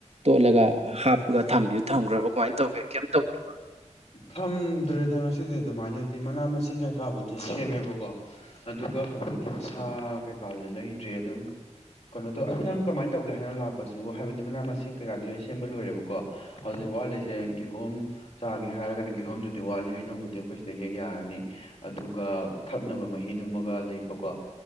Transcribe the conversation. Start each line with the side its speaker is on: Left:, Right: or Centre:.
Right: ꯇꯣꯠꯂꯒ ꯍꯥꯞꯄꯒ ꯊꯝꯕꯤꯗꯨ ꯊꯝꯈ꯭ꯔꯕ ꯀꯃꯥꯏꯅ ꯇꯧꯒꯦ ꯀꯩꯝ ꯇꯧꯗ꯭ꯔꯤꯕ
Left: ꯊꯝꯗ꯭ꯔꯦꯗ ꯁꯤꯗꯤ ꯑꯗꯨꯃꯥꯏꯅꯗꯤ ꯃꯅꯥ ꯃꯁꯤꯡ ꯀꯩꯀꯥꯕꯨꯗꯤ ꯁꯦꯝꯃꯦꯕꯀꯣ ꯑꯗꯨꯒ ꯍꯧꯖꯤꯛꯀꯤ ꯁꯥ ꯀꯩ ꯀ ꯀ ꯂꯩꯗ꯭ꯔꯦ ꯑꯗꯨꯝ ꯀꯩꯅꯣ ꯇꯧ ꯑꯗꯨ ꯅꯪ ꯀꯃꯥꯏꯅ ꯇꯧꯒꯦ ꯍꯥꯏꯅꯣ ꯂꯥꯛꯄꯁꯤꯕꯨ ꯍꯥꯏꯕꯗꯤ ꯃꯅꯥ ꯃꯁꯤꯡ ꯀꯌꯥꯥꯗ ꯂꯣꯏ ꯁꯦꯝꯕ ꯂꯣꯏꯔꯦꯕꯀꯣ ꯍꯧꯖꯤꯛ ꯋꯥꯠꯂꯤꯁꯦ ꯤꯍꯣꯝ ꯆꯥꯒꯦ ꯍꯥꯏꯔꯒꯅ ꯤꯍꯣꯝꯗꯨꯗꯤ ꯋꯥꯠꯂꯤ ꯍꯩꯅꯧꯕꯗꯤ ꯑꯩꯈꯣꯏ ꯁꯤꯗ ꯍꯦꯛ ꯌꯥꯔꯅꯤ ꯑꯗꯨꯒ ꯊꯛꯅꯕ ꯃꯍꯤꯗꯨꯃꯒ ꯂꯩꯕꯀꯣ